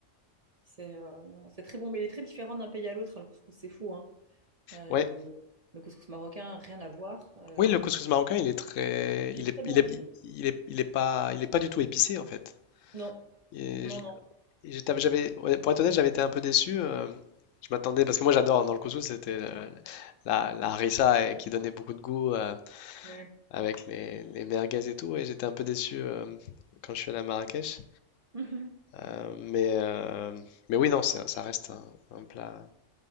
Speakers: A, on the right; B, on the left.
A: C'est euh, c'est très bon, mais il est très différent d'un pays à l'autre. hein, le couscous, c'est fou. hein. Euh,
B: Ouais.
A: le, le couscous marocain, rien à voir. euh.
B: Oui, le couscous marocain, il est très,
A: il
B: il
A: est
B: est,
A: très bon
B: il est,
A: aussi.
B: il est, il est pas, il est pas du tout épicé en fait.
A: Non,
B: Et
A: non,
B: je-
A: non.
B: et j'étais- j'avais, ouais, pour être honnête, j'avais été un peu déçu. euh, je m'attendais parce que moi, j'adore dans le couscous, c'était le- la, la harissa et qui donnait beaucoup de goût. euh,
A: Ouais.
B: avec les, les merguez et tout, et j'étais un peu déçu euh, quand je suis allé à Marrakech.
A: <laughs> Mhm.
B: Euh, mais, euh, mais oui, non, c'est- ça reste un, un plat